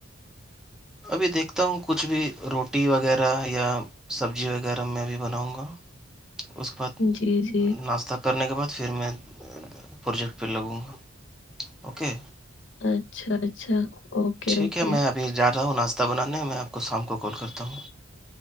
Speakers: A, in the centre; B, on the left.
A: ابھی دیکھتا ہوں کچھ بھی روٹی وغیرہ یا سبزی وغیرہ میں بھی بناؤں گا اس کے بعد
B: جی جی
A: ناشتہ کرنے کے بعد پھر میں پروجیکٹ پہ لگوں گا اوکے
B: اچھا اچھا اوکے
A: ٹھیک
B: اوکے
A: ہے میں ابھی جا رہا ہوں ناشتہ بانے میں آپ کو شام کو کال کرتا ہوں